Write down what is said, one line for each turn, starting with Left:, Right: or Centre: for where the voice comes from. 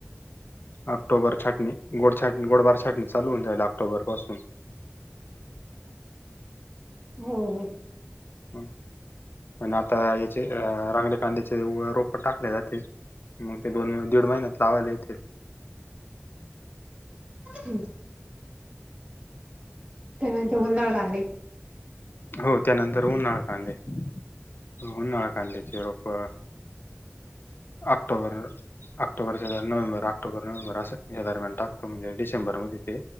Left: ऑक्टोबर छटणी गोड छाटणी गोडबार छटणी चालू होन जाईल ऑक्टोबर पासून.
Right: हो, हो.
Left: हम् <unintelligible> म्हण आता याचे रांगडकांद्याचे रोप टाकले जातील. मग ते दोन, दीड महिन्यात लावायला येतील.
Right: हम्म. त्यानंतर उन्हाळा कांदे.
Left: हो त्यानंतर उन्हाळा कांदे. उन्हाळ कांद्याचे रोप October October, November, October, November अस या दरम्यान टाकतो म्हजे डिसेंबर मधीते.